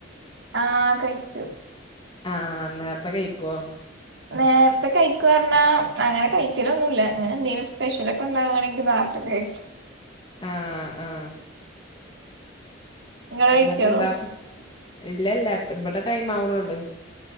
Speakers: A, on the right; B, on the left.
A: ആ കഴിച്ചു
B: ആ നേരത്തെ കഴിക്കുവോ
A: നേരത്തെ കഴിക്കുറഞ്ഞാ അങ്ങനെ കഴിച്ചലൊന്നുമില്ല ഇങ്ങനെ എന്തെിലും സ്പെഷ്യലൊക്കെ ഉണ്ടാകുവാണെങ്കിൽ മാത്രം കഴിക്കും
B: ആ ആ
A: ഇങ്ങൾ കഴിച്ചോ
B: എന്നിട്ടെന്താ ഇല്ല ഇല്ല ഇവിടെ ടൈം ആവണുള്ളു